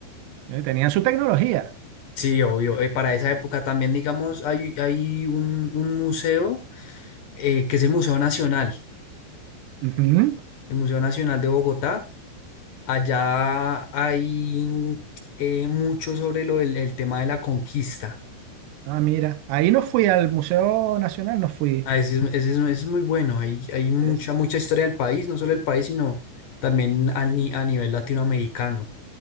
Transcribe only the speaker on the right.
eh, tenían su tecnología.
Ujú.
Ah, mira, ahí no fui al Museo Nacional, no fui.
Sí, sí.